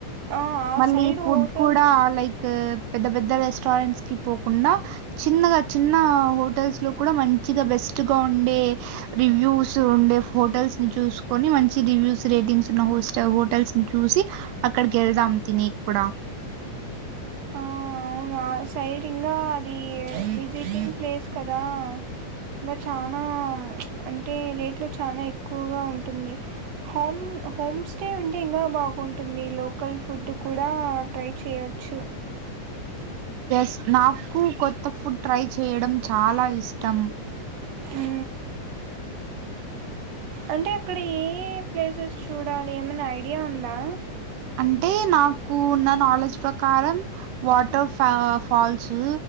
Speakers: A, on the right; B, on the right.
A: ఆ ఆ
B: మళ్ళీ
A: సైడ్
B: ఫుడ్
A: హోటల్స్
B: కూడా లైక్ పెద్ద పెద్ద రెస్టారెంట్స్ కి పోకుండా చిన్నగా చిన్న హోటల్స్ లో కూడా మంచిగా బెస్ట్ గా ఉండే రివ్యూస్ ఉండే హోటల్స్ ని చూసుకొని మంచి రివ్యూస్ రేటింగ్స్ ఉన్న హోస్ట హోటల్స్ ని చూసి అక్కడికి వెళ్దాం తినేక్కుడా
A: ఆ అవును ఆ సైడ్ ఇంకా అది విజిటింగ్ ప్లేస్ కదా ఇంకా చనా ప్చ్ అంటే రేట్లు చానా ఎక్కువగా ఉంటుంది హోమ్ హోమ్ స్టే అంటే ఇంకా బాగుంటుంది లోకల్ ఫుడ్ కూడా ట్రై చేయచ్చు
B: స్ నాకు కొత్త ఫుడ్ ట్రై చేయడం చాలా ఇష్టం
A: ఊ అంటే అక్కడ ఏ ప్లేసెస్ చూడాలి ఏమన్నా ఐడియా ఉందా
B: అంటే నాకు ఉన్న నాలెడ్జ్ ప్రకారం వాటర్ ఫా ఫాల్సు